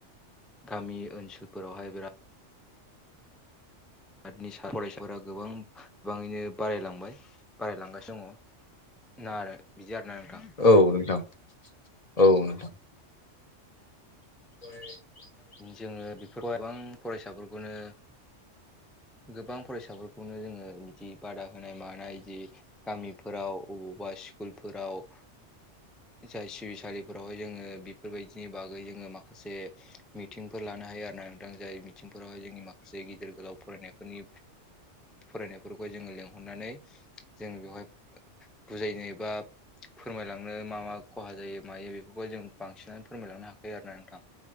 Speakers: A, in the centre; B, on the left.
A: गामि ओनसोलफोरावहाय बिराद आरोनि स फरायसाफोरा गोबां गोबाङैनो बारायलांबाय बारायलांगासिनो दङ। नार <unintelligible> बिदि आर आरो न नोंथां।
B: औ नोंथां औ नोंथां। <unintelligible>
A: जोङो बेफोरखौ गोबां फरायसाफोरखौनो गोबां फरायसाफोरखौनो जोङो बिदि बादा होनाय मानाय जि गामिफोराव अबावबा स्कुलफोराव जाय सिबिसालिफोरावहाय जोङो बेफोरबायदिनि बागै जोङो माखासे मिथिंफोर लानो हायो आरो ना नोंथां जाय मिथिंफोरावहाय जोंनि माखासे गिदिर गोलाव फरायनायफोरनि फरायनायफोरखौ जोङो लिंहरनानै जोङो बेवहाय बुजायनो बा फोरमायलाां नोंनो मा खहा जायो मायो बेफोरखौ जों बांसिनानो फोरमायलांनो हायाखै आरो ना नोंथां।